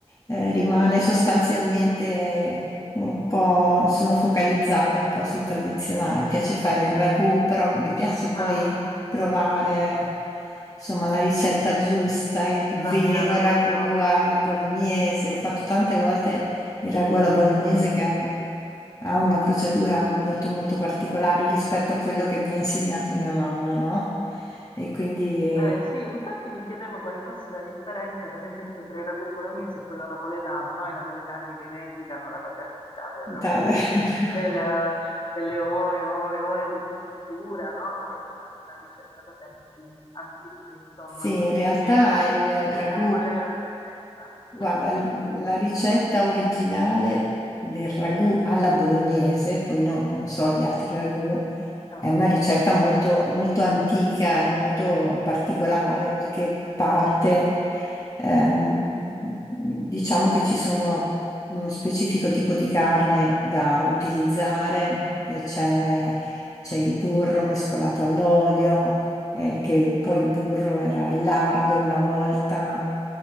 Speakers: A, on the left (about 30°); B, on the left (about 45°).
A: eh, rimane sostanzialmente un po', sono focalizzata un po' sul tradizionale.
B: mm,
A: Mi piace fare il ragù, però mi piace poi
B: ah,
A: trovare insomma la ricetta giusta, il vero
B: l'abbinamento.
A: ragù alla bolognese. Ho fatto tante volte il ragù alla bolognese che ha una procedura molto molto particolare rispetto a quello che mi ha insegnato mia mamma, no? E quindi
B: Eh, sì, infatti mi chiedevo quale fosse la differenza, per esempio, tra il ragù bolognese e quello napoletano, no? I napoletani rivendicano la paternità del ragù,
A: da- <laughs>
B: del- delle ore, ore, ore di cottura, no? Proprio una, una ricetta da tempi antichi, insomma.
A: sì, in realtà
B: E mh,
A: il
B: tu
A: ragù,
B: sai qual è la differenza?
A: guarda, l-
B: <laughs>
A: la ricetta originale del ragù alla bolognese, poi no, non so gli altri ragù,
B: No,
A: È
B: non
A: una
B: neanche
A: ricetta
B: io.
A: molto,
B: <laughs>
A: molto antica e molto particolare perché parte, ehm, diciamo che ci sono uno specifico tipo di carne da utilizzare
B: Mm,
A: e c'è c'è il burro mescolato all'olio, eh, che poi il burro era il lardo una volta,
B: sì.